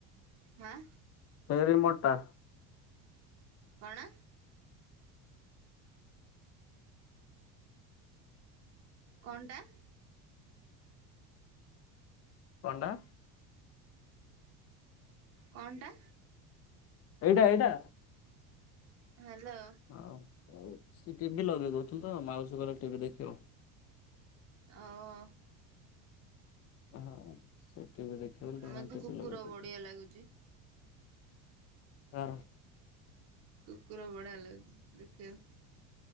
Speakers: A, on the right (about 40°); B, on the left (about 40°).
A: ମାଆ
B: ପେରି ମୋଟା
A: କଣ? କଣଟା?
B: କଣଟା?
A: କଣଟା?
B: ଏଇଟା ଏଇଟା।
A: ହାଲୋ।
B: ଆଉ ସେ ଟିଭି ଲଗେଇ ଦଉ ତୁ ତ ମାଉସୀ ଭଳିଆ ଟିଭି ଦେଖିଲୁଣୁ।
A: ଆଉ
B: ହଁ ସେ ଟିଭି ଦେଖିବ ବୋଲି ତା
A: ମତେ
B: ପାଇଁ ଟିଭି
A: କୁକୁର
B: ଲଗେଇ ଦୋଉଚନ୍ତି।
A: ବଢିଆ ଲାଗୁଛି
B: ସାର
A: କୁକୁର ବଢିଆ ଲାଗୁଛି ଦେଖିବାକୁ।